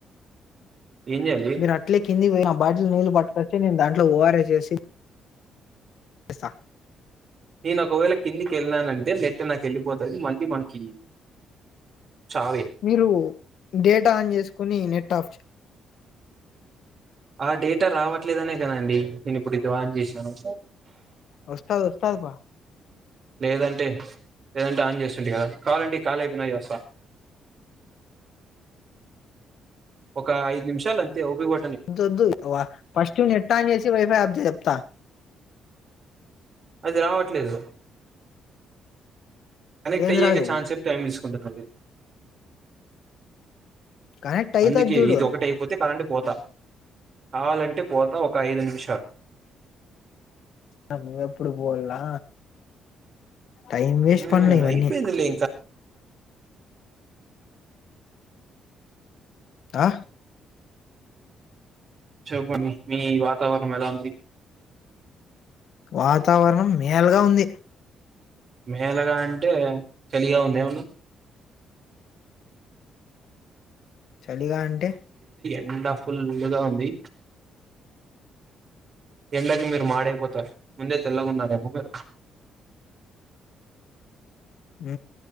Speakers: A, on the right; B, on the left.
A: ఏం చేయాలి
B: మీరు అట్లే కిందికి పోయినాం. బాటిల్ నీళ్లు పట్టుకొచ్చి నేను దాంట్లో ఓఅరస్ ఏసి పిస్తా
A: నేను ఒకవేళ కిందికి వెళ్ళనానంటే నెట్ నాకు వెళ్ళిపోతది మళ్ళీ మనకి చావే
B: మీరు డేటా ఆన్ చేసుకుని నెట్ ఆఫ్ చే
A: ఆ డేటా రావట్లేదనే కదండి నేను ఇప్పుడు ఇది ఆన్ చేసినాను.
B: వస్తాది వస్తాది పా
A: లేదంటే లేదంటే ఆన్ చేస్తుంటి కదా. కావలంటే ఈ కాల్ అయిపోనాయిక చేస్తా. ఒక ఐదు నిమిషాల అంతే ఓపిక ప
B: దుద్దు వ ఫస్టు నెట్ ఆన్ చేసి వైఫై అప్ చెప్ త
A: అది రావట్లేదు. కనక్ట్అయ్యేకే
B: ఏం రాలేదు
A: చాన్ సేపు టైమ్ తీసు కొంతకవి
B: కనెక్ట్ అవుతుంది
A: అందుకే
B: చూడు
A: ఇది ఒకటి అయిపోతే కాదంటే పోతా కావాలంటే పోతా ఒక ఐదు నిమిషాలు
B: అ నువేప్పుడు పోవల్లా టైం వేస్ట్
A: మ్మ్
B: పనులు ఈవన్నీ.
A: అయిపోయిందిలే ఇంకా
B: ఆ
A: చూపండి మీ వాతావరణం ఎలా ఉంది?
B: వాతావరణం మేల్గా ఉంది.
A: మేలగా అంటే చలిగా ఉంది ఏమన్నా
B: లిగా అంటే
A: ఎండా ఫుల్గా ఉంది. ఎండకి మీరు మాడైపోతారు. ముందే తెల్లగున్నారేమో మీరు.
B: ఊ